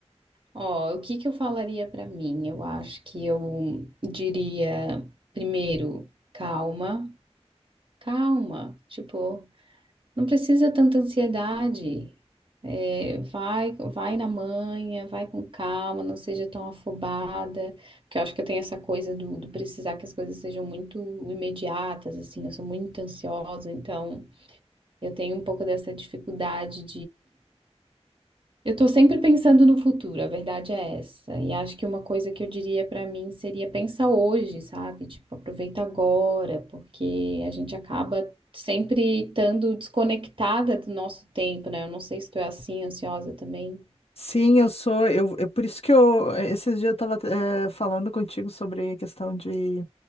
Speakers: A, on the right; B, on the left.
A: Ó, o que que eu falaria pra mim? Eu acho que eu diria, primeiro, calma, calma, tipo. Não precisa tanta ansiedade. É, vai, vai na manhã, vai com calma, não seja tão afobada, porque eu acho que eu tenho essa coisa do, do precisar que as coisas sejam muito imediatas, assim, eu sou muito ansiosa, então eu tenho um pouco dessa dificuldade eu estou sempre pensando no futuro, a verdade é essa. E acho que uma coisa que eu diria para mim seria pensar hoje, sabe? Tipo, aproveita agora, porque a gente acaba sempre estando desconectada do nosso tempo, né? Eu não sei se tu é assim, ansiosa também.
B: Sim, eu sou. Eu, é por isso que eu. é, Esses dias eu tava eh, falando contigo sobre a questão de.